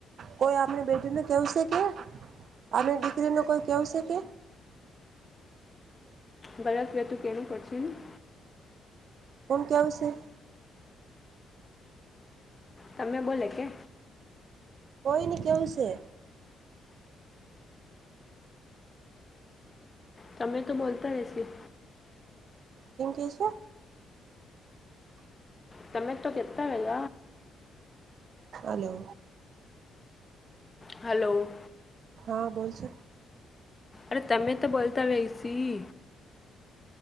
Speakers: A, on the right; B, on the left.
A: કોઈ આપણી, બેટી ન કેવશે કે- - આની દીકરી ન કોઈ કેવું છે, કે
B: ગલત વતું કેનું કરશે. <unintelligible>
A: કોણ, ક્યા વિશે
B: તમે બોલે કે.
A: કોઈ, ન કેવ છે.
B: તમે તો, બોલતા હસી.
A: કેમ, કે છ.
B: તમે તો કેતા, હે ગ
A: હલો.
B: હલોો.
A: હા, બોશ
B: અરે, તમે તો બોલતા વહીસી.